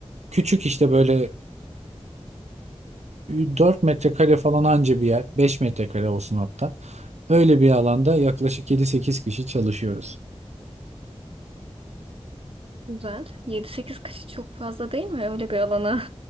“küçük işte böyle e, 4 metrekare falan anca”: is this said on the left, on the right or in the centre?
Right